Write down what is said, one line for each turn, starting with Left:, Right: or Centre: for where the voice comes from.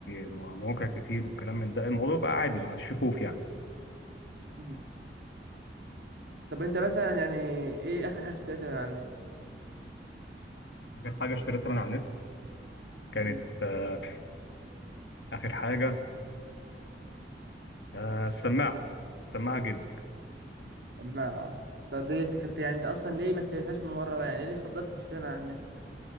Left: مواقع كتير وكلام من ده الموضوع بقى عادي ما عادش فيه خوف يعني
Right: امم طب انت مثلا يعني ايه اخر حاجه اشتريتها من على
Left: اخر حاجه اشتريتها من على النت كانت
Right: النت
Left: آه، اخر حاجه آه، السماعه السماعه جيمنج
Right: ما طب ديت كنت يعني انت اصلا ليه ما اشتريتهاش من بره بقى يعني ليه فضلت تشتريها من على النت